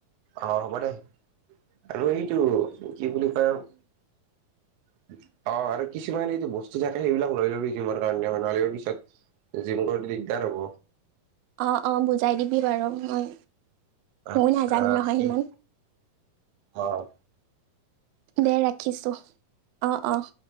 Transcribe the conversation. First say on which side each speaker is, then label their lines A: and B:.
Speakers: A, on the right; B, on the right.
A: অ' হ'ব দে, আৰু এইটো, কি বুলি কয় অ, আৰু কিছুমান এইটো বস্তু থাকে, সেইবিলাক লৈ ল'বি জিমৰ কাৰণে, মানে আৰু পিছত <unintelligible> দিগদাৰ হ'ব।
B: অ'-অ', বুজাই দিবি বাৰু মই
A: আচ্ছা
B: মই নাজানো নহয়
A: ঠিক
B: সিমান।
A: অ'
B: দে ৰাখিছো, অ' অ'।